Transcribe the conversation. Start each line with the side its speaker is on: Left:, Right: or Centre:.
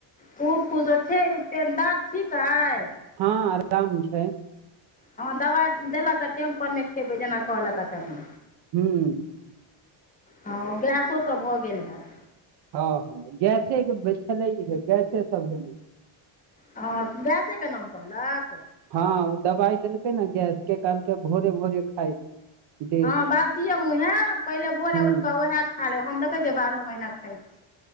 Left: खूब खुश हो छै बाप ठीक अए
Right: हँ आराम छैय
Left: हँ दबाइ देलक हे टेम पर मे खेबै जेना कहलक ह तेना
Right: हूँ
Left: हँ गैसो सब भऽ गेल हैत
Right: हँ हँ गैसे के छलैेहे गैसे स भेलै
Left: हँ गैसे के नाम कहलक
Right: हँ ओ दवाइ देलकै नै गैस के कालके भोरे भोरे खाइ डेली
Left: हँ बासिये मुँहे पहिले भोरे
Right: हुँ
Left: उठ कऽ ओह खा ले हम देखै छियै बारहो महीना खाय छीय